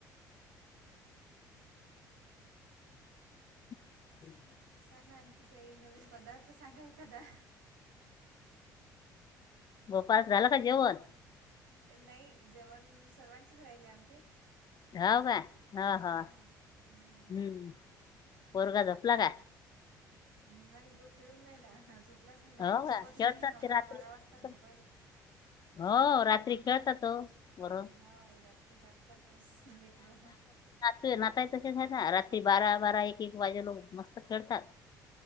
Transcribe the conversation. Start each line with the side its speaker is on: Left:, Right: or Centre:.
Left: हम <unintelligible>
Right: सांगा आणखी काही नवीन पदार्थ सांगा एखादा.
Left: गोपाळ झाला का जेवण?
Right: नाही जेवण सर्वांचेच राहिले आहे आमचे.
Left: जाव का ह ह
Right: हां हम्म.
Left: हम् पोरगा झपला का.
Right: नाही तो खेळून राहिला झोपलाच नाही लवकर
Left: हो
Right: झोपत
Left: का
Right: नाही
Left: खेळतात
Right: अकरा
Left: ते रात्री
Right: बारा वाजता झोपायला
Left: हो रात्री खेळत तो बर
Right: हा रात्री जागतातच लेकर.
Left: तू नाताय तसे ख ना रात्री बारा बारा एक एक वाजे लोक मस्त खेळतात.